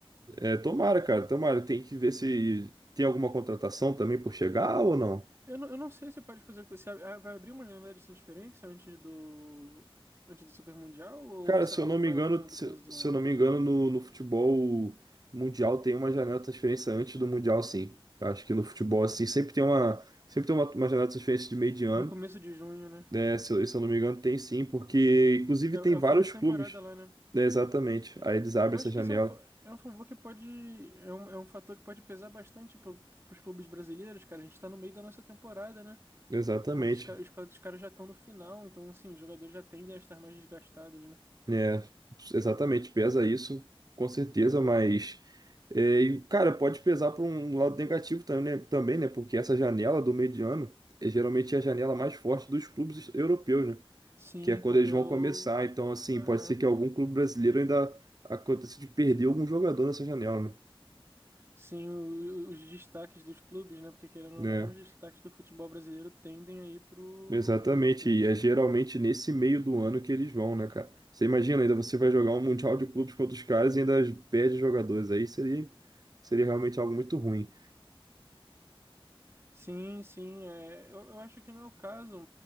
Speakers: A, on the right; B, on the right.
A: É, tomara, cara, tomara. Tem que ver se tem alguma contratação também por chegar ou não.
B: Eu não, eu não sei se pode fazer. co- Se a- vai abrir uma janela de transferência antes do, antes do Super Mundial ou
A: Cara,
B: essa
A: se eu
B: ou
A: não
B: foi
A: me engano,
B: a última do
A: se,
B: começo do
A: se
B: ano?
A: eu não me engano, no, no futebol mundial tem uma janela de transferência antes do mundial, sim. Eu Acho que no futebol, assim, sempre tem uma, sempre tem uma, uma janela de transferência de meio de ano,
B: No começo de junho, né?
A: né? Se, eu- se eu não me engano, tem sim, porque inclusive
B: É, é
A: tem
B: o
A: vários
B: final de temporada
A: clubes,
B: lá, né?
A: né? Exatamente. Aí eles abrem
B: Eu acho
A: essa
B: que
A: janela.
B: esse é um, fa- é um favor que pode. É um, é um fator que pode pesar bastante pro, pros clubes brasileiros, cara. A gente tá no meio da nossa temporada, né?
A: Exatamente.
B: Enquanto os, ca- os, ca- os caras já estão no final, então assim, os jogadores já tendem a estar mais desgastados, né?
A: É, exatamente, pesa isso, com certeza, mas é, e, cara, pode pesar para um lado negativo também, né? Também, né? Porque essa janela do meio de ano é geralmente a janela mais forte dos clubes europeus, né?
B: Sim,
A: Que é quando
B: porque
A: eles
B: é
A: vão
B: o.
A: começar. Então, assim,
B: Aham.
A: pode ser que algum clube brasileiro ainda aconteça de perder algum jogador nessa janela, né?
B: Sim, o- o- os destaques dos clubes, né? Porque querendo ou
A: Né?
B: não, os destaques do futebol brasileiro tendem aí pro,
A: Exatamente,
B: pro europeu.
A: e é geralmente nesse meio do ano que eles vão, né, cara? Você imagina, ainda você vai jogar um Mundial de Clubes contra os caras e ainda perde jogadores aí, seria, seria realmente algo muito ruim.
B: Sim, sim, é, eu, eu acho que não é o caso